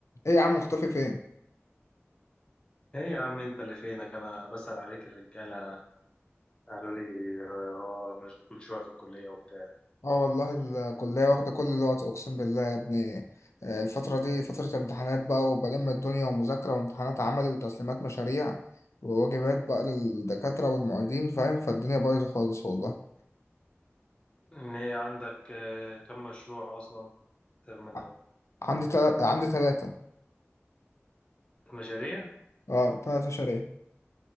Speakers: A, on the left (about 85°); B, on the left (about 20°).
A: ايه يا عم مختفي فين؟
B: ايه يا عم انت اللي فينك انا بسأل عليك الرجاله قالوا لي آه، مشغول شويه في الكليه وبتاع
A: اه والله الكلية واخدة كل الوقت اقسم بالله يا ابني آه، الفترة دي فترة امتحانات بقى وبلم الدنيا ومذاكرة وامتحانات عملي وتسليمات مشاريع وواجبات بقى للدكاترة والمعيدين فاهم فالدنيا بايظة خالص والله
B: ان ايه عندك آه، كم مشروع اصلا الترم ده
A: ع- عندي تل... عندي تلاتة
B: مشاريع
A: اه تلات مشاريع